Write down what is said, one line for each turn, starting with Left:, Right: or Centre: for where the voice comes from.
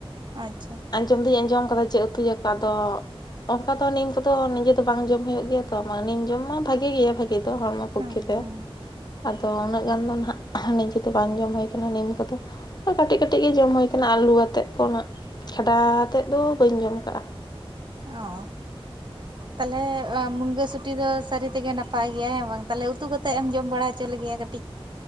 Right: ᱟᱪᱪᱷᱟ
Left: ᱟᱸᱡᱚᱢ ᱫᱩᱧ ᱟᱸᱡᱚᱢ ᱠᱟᱫᱟ ᱡᱮ ᱩᱛᱩ ᱟᱠᱚ ᱟᱫᱚ᱾ ᱚᱱᱠᱟ ᱛᱚ ᱱᱤᱢ ᱠᱚᱫᱚ ᱱᱤᱡᱮ ᱫᱚ ᱵᱟᱝ ᱡᱚᱢ ᱦᱩᱭᱩᱜ ᱜᱮᱭᱟ ᱛᱚ, ᱢᱟᱱᱮ ᱱᱤᱢ ᱡᱚᱢ ᱢᱟ ᱵᱷᱟᱜᱮ ᱜᱮᱭᱟ ᱵᱷᱟᱜᱤ ᱫᱚ ᱦᱚᱲᱢᱚ ᱯᱚᱠᱠᱷᱮ
Right: ᱦᱩᱸ
Left: ᱛᱮ
Right: ᱦᱩᱸ
Left: ᱟᱫᱚ ᱩᱱᱟᱹᱜ ᱜᱟᱱ ᱫᱚ ᱱᱟᱦᱟᱜ ᱱᱤᱡᱮ ᱫᱚ ᱵᱟᱝ ᱡᱚᱢ ᱦᱩᱭ ᱠᱟᱱᱟ ᱱᱤᱢ ᱠᱚᱫᱚ᱾ ᱠᱟᱹᱴᱤᱡ ᱠᱟᱹᱴᱤᱡ ᱜᱮ ᱡᱚᱢ ᱦᱩᱭ ᱠᱟᱱᱟ, ᱟᱹᱞᱩ ᱟᱛᱮᱫ ᱠᱚ ᱦᱟᱸᱜ ᱠᱷᱟᱰᱟ ᱟᱛᱮᱫ ᱫᱚ ᱵᱟᱹᱧ ᱡᱚᱢ ᱠᱟᱜ-ᱟ᱾
Right: ᱚ ᱛᱟᱦᱚᱞᱮ ᱢᱩᱱᱜᱟᱹ ᱥᱩᱴᱤ ᱫᱚ ᱥᱟᱹᱨᱤ ᱛᱮᱜᱮ ᱱᱟᱯᱟᱭ ᱜᱮᱭᱟ ᱦᱮᱸ ᱵᱟᱝ ᱛᱟᱦᱚᱞᱮ ᱩᱛᱩ ᱠᱟᱛᱮᱫ ᱮᱢ ᱡᱚᱢ ᱵᱟᱲᱟ ᱦᱚᱪᱚ ᱞᱮᱜᱮᱭᱟ ᱠᱟᱹᱴᱤᱡ?